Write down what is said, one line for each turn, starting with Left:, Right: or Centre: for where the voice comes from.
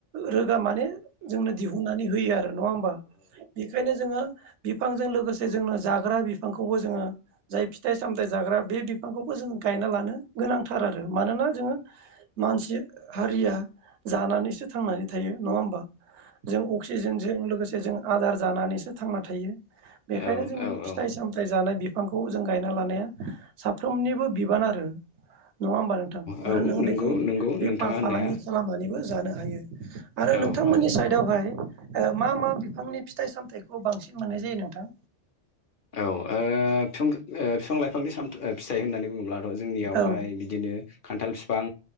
Right: लो गोया माने जोंनो दिहुननानै होयो आरो नङा होमबा? बेखायनो जोङो बिफांजों लोगोसे जोंनो जाग्रा बिफांखौबो जोङो जाय फिथाइ सामथायाइ जाग्रा बे बिफांखौबो जों गायना लानो गोनांथार आरो। मानोना जोङो मानसि हारिया जानानैसो थांनानै थायो नङा होमबा? जों अक्सिजेनजों लोगोसे जों आदार जानानैसो थांना थायो बेखायनो
Left: औ
Right: जोंनो
Left: औ औ
Right: फिथाइ सामथायाइ जानाय बि बिफांखौ जों गायना लानाया साफ्रोमनिबो बिबान आरो नङा होमबा नोंथां?
Left: औ
Right: आरो नोङो
Left: नंगौ
Right: बेखौ
Left: नंगौ
Right: बेफार
Left: नोंथाङा होननाया
Right: फालांगि खालामनानैबो जानो हायो आरो
Left: औ
Right: नोंथांमोननि
Left: औ
Right: साइडआवहाय ओ मा मा बिफांनि फिथाइ सामथायाइखौ बांसिन मोननाय जायो नोंथां?
Left: औ ओ फिफां ओ फिफां लाइफांनि साम फिथाइ होननानै बुङोब्लाथ' जोंनियावहाय
Right: औ
Left: बिदिनो खान्थाल फिफां